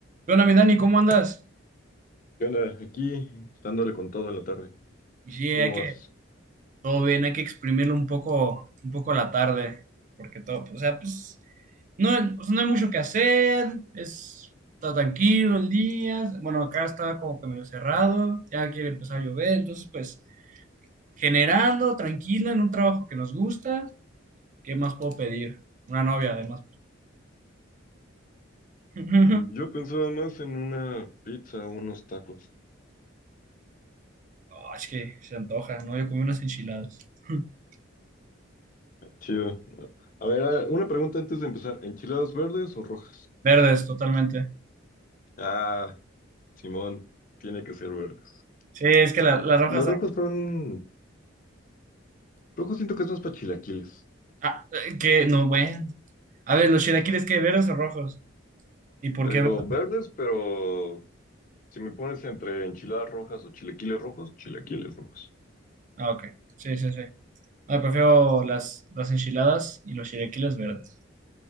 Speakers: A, on the right; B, on the left.
A: ¿Qué onda, mi Dani? ¿Cómo andas?
B: ¿Qué onda? Aquí dándole con todo en la tarde.
A: Y sí, hay
B: ¿Cómo
A: que,
B: vas?
A: todo bien, hay que exprimirlo un poco, un poco a la tarde, porque todo, o sea, pues, no, o sea, no hay mucho que hacer, es, está tranquilo el día, bueno, acá está como que medio cerrado, ya quiere empezar a llover, entonces, pues, generando, tranquilo, en un trabajo que nos gusta, ¿qué más puedo pedir? Una novia, además. <laughs>
B: Mm, Yo pensaba más en una pizza o unos tacos.
A: Ah, es que se antoja, ¿no? Yo comí unas enchiladas, <laughs>
B: Chido. A ver, a- una pregunta antes de empezar. ¿Enchiladas verdes o rojas?
A: verdes, totalmente.
B: Ah, Simón, tiene que ser verdes.
A: Sí, es que la- las rojas...
B: Los rojos son... Rojos siento que es más para chilaquiles.
A: Ah, eh, que no, bueno. A ver, ¿los chilaquiles qué? ¿Verdes o rojos? ¿Y por
B: Te
A: qué
B: digo
A: verdes?
B: verdes, pero si me pones entre enchiladas rojas o chilaquiles rojos, chilaquiles rojos.
A: Ah, ok. Sí, sí, sí. Ah, prefiero las, las enchiladas y los chilaquiles verdes.